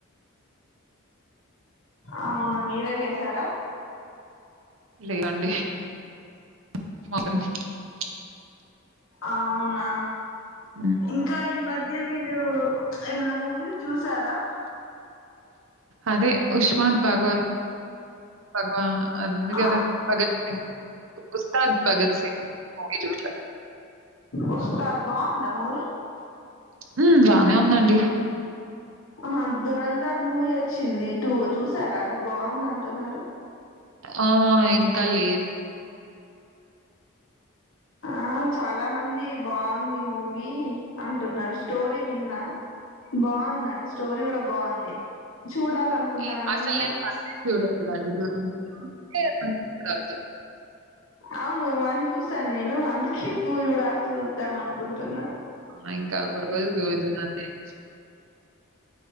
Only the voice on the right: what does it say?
<unintelligible> దండి <unintelligible>
హ్మ్.
అదే ఉష్మాత్ భగవత్ భగవా అది ఉంది
గదా భగత్ సింగ్ ఉస్తాద్ భగత్ సింగ్ చూసా
ఉమ్ బానే ఉందండి
ఆ ఇంకా లేదు
ఓకే. అసలు
పర్లేదు చూడలేదండి. 'దురంధరం' అంటే చూడాలి
'దురంధరం' ఇంకా ఒక రోజూకి గోవిందు <unintelligible>